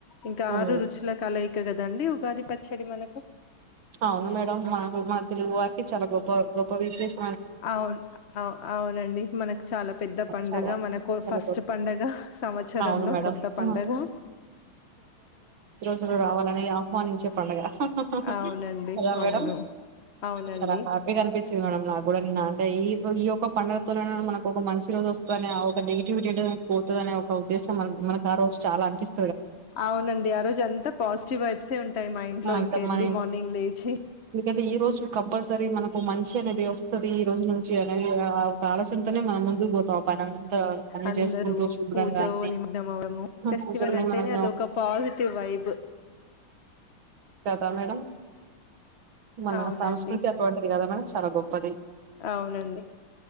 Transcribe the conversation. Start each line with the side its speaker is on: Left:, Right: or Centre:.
Left: ఇంకా
Right: హ్మ్
Left: ఆరు రుచుల కలయిక్ కద్ దండి ఉగాది పచ్చడి మనకు
Right: అవును మేడం మాకు తెలుగువారికి చాలా గొప్ప గ్ గొప్ప విశేష్
Left: అవున్ అవు అవునండి మనకు చాలా పెద్ద పండగ
Right: చాలా
Left: మనకు
Right: చాలా
Left: ఫస్ట్
Right: గొప్ప
Left: పండగ సంవత్సరంలో
Right: అవును మేడం.
Left: కొత్త పండగ
Right: ఆహా! జులు రావాలని ఆహ్వానించే పండుగ హ హ హ
Left: అవునండి
Right: హలో మేడమ్
Left: అవును అవునండి
Right: చాలా హ్యాపీగా అనిపి మేడం నాగ్గూడా అంటే ఈ ఈ యొ పండగ మన ఒక మంచి రోజు వస్తుందని ఆ ఒక నెగిటివిటీ పోతుంది అనే ఒక ఉద్దేశం మనకు ఆ రోజు చాలా అనిపిస్తుంది
Left: అవునండి ఆ రోజు అంతా పాజిటివ్ వైబ్సె ఉంటాయి మైండ్
Right: ఆ!
Left: లో
Right: అంత
Left: ఇంకా ఎర్లీ
Right: మన
Left: మార్నింగ్ లేచి
Right: ఎందుకంటే ఈ రోజు కంపల్సరీ మనకు మంచి అనేది వస్తది ఈ రోజు నుంచి అనేది ఒక ఆలోచనతోనే మనం ముందుకు పోతాం పని అంతా అన్ని
Left: అందరుూ
Right: చేసుకుంటూ శుభ్రంగా
Left: పూజ
Right: అన్ని
Left: నిమగ్నవడము ఫెస్టివల్
Right: కూర్చొని
Left: అంటేనే
Right: మనం
Left: అద ఒక పాజిటివ్ వైబ్
Right: కదా మేడం మన
Left: అవునండి.
Right: సంస్కృతి అటువంటిది గదా మనడం చాలా గొప్ప ప్పది
Left: అవునండి